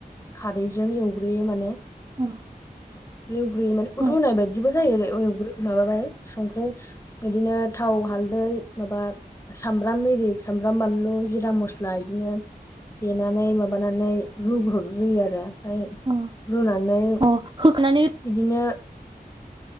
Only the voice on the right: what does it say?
औ।
औ
औ
अ होखानानै